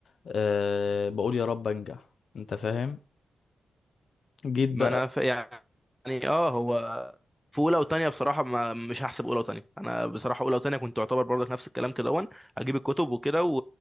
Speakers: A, on the left; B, in the centre.
A: أه بقول يا رب انجح انت فاهم جيت بقى
B: ما انا ف... يعني اه هو في اولى وتانية بصراحه ما مش هحسب اولى وتانية انا بصراحه اولى وتانية كنت اعتبر برضك نفس الكلام كده وان اجيب الكتب وكده و...